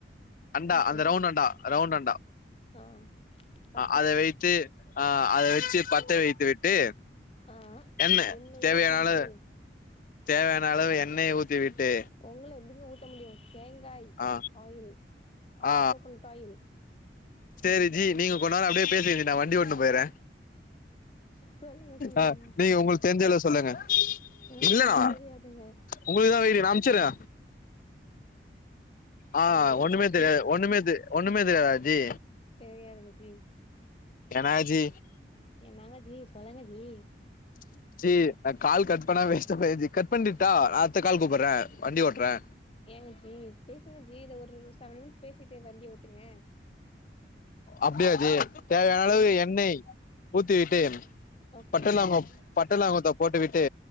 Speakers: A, on the left; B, on the left.
A: அண்டா
B: ஓகே
A: அந்த ரவுண்ட் அண்டா ரவுண்ட் அண்டா
B: ஆ பட்ட
A: அதை வைத்து ஆ அத வெச்சு பத்த வைத்து விட் டு
B: ஆ
A: எண்ண
B: எண்ணெய
A: தேவையான
B: ஊத்தி விட்டு
A: அளவு தேவையான அளவு எண்ணெய் ஊத்திவிட்டு
B: உங்கள எப்டிங்க ஊத்த முடியு தேங்காய்
A: ஆ
B: ஆயில் அதா
A: ஆ
B: கோக்கோனட் ஆயில்
A: சேரி ஜி நீங்க கொஞ்ச நேரோ அப்டியே பேசறீங்க நா வண்டி ஒட்டு போயறே
B: சொல்லுங்க சொல்லுங்க
A: ஆ நீங்க உங்களுக்கு தெரிஞ்ச அளவு சொல்லுங்க
B: எனக்கு
A: இல்லண்ணா
B: ஒண்ணுமே தெரியாதுங்க
A: உங்களுக்குதா வெயிட்டிங் நா அம்ச்சறே ஆ
B: ஹலோ
A: ஒண்ணுமே தெரியா
B: எனக்கு
A: ஒண்ணுமே தெ ஒண்ணுமே தெரியாதா ஜி
B: தெரியாதுங்க ஜி
A: என்னா ஜி
B: என்னங்க ஜி சொல்லுங்க ஜி
A: <inaudible> ஜி நா கால் கட் பண்ண வேஸ்ட்டா போயிரு ஜி கட் பண்ணிட்டா நா அடுத்த கால் கூப்பட்றே வண்டி ஓட்ற
B: ஏங்க ஜி பேசுங்க ஜி இத ஒரு செவன் மினிட்ஸ் பேசிட்டு வண்டி ஓட்டுங்க
A: அப்டியா ஜி தேவையான அளவு
B: ஆமா
A: எண்ணெய் ஊத்தி விட்டு
B: ஓகே
A: பட்ட லவங்கம் பட்ட லவங்கத்த போட்டு விட்டு